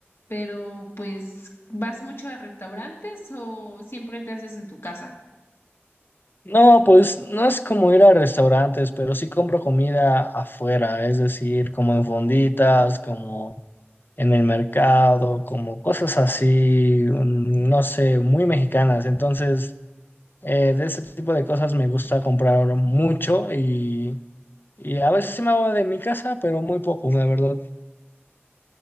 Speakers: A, on the left; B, on the left.
A: Pero, pues, ¿vas mucho a restaurantes o siempre te haces en tu casa?
B: No, pues no es como ir a restaurantes, pero sí compro comida afuera, es decir, como en fonditas, como en el mercado, como cosas así, mm, no sé, muy mexicanas. Entonces, eh, de ese tipo de cosas me gusta comprar mucho y, y a veces sí me hago de mi casa, pero muy poco, la verdad.